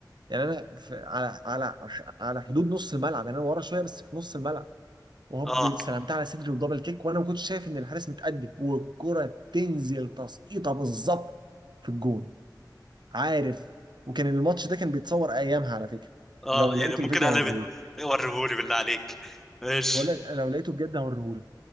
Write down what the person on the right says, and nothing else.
يعني انا في... على على على حدود نص الملعب يعني انا ورا شويه بس في نص الملعب وهوب
سلمتها على صدري ودبل كيك وانا ما كنتش شايف ان الحارس متقدم والكره تنزل تسقيطه بالظبط في الجون عارف وكان الماتش ده كان بيتصور ايامها على فكره
لو لقيت
الفيديو
هوريهولك
بقول لك لو لقيته بجد هوريهولك